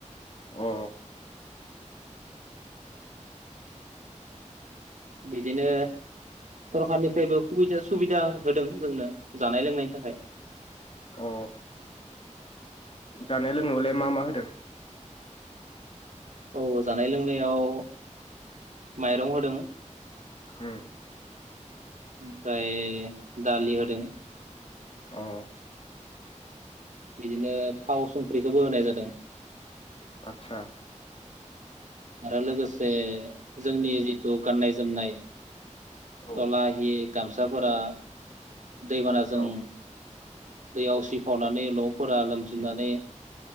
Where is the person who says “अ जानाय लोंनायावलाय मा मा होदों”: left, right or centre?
Left